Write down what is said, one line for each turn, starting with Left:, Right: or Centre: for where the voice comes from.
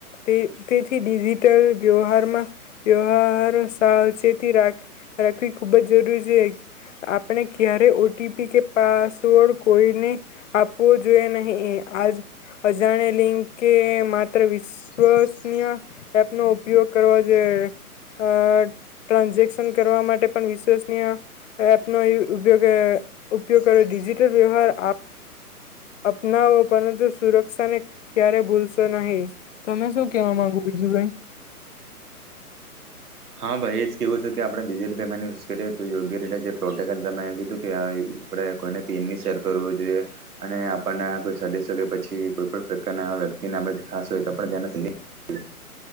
Left: તે તેથી ડિજિટલ વ્યવહારમાં વ્યવહાર સાવચેતી રાખવી ખુબ જ જરૂરી છે આપણે ક્યારે ઓટીપી કે પાસવર્ડ કોઈને આપવો જોઈએ નહી આ અજાણ લિંક કે માત્ર વિશ્વસનીય એપ નો ઉપયોગ કરો જોઈએ. અ ટ્રાન્ઝેક્શન કરવા માટે પણ વિશ્વસનીય એપનો ઉપયોગ ઉપયોગ કરો ડિજિટલ વ્યવહાર અપનાવો પરંતુ સુરક્ષાને ક્યારે ભૂલશો નહી તમે શું કેવા માંગો બીજું ભાઈ.
Right: હા ભાઈ એ જ કેવું છે કે આપણે ડિજિટલ પેમેન્ટ યુઝ કરીએ તો યોગ્ય રીતે જે પ્રોટોકોલ કીધું કે કોઈને પીનની શેર કરવું જોઈએ અને આપણને કોઈ સડીસકે પછી કોઈ પણ પ્રકારના વ્યક્તિને આપ ખાસ હોય તો આપ્યા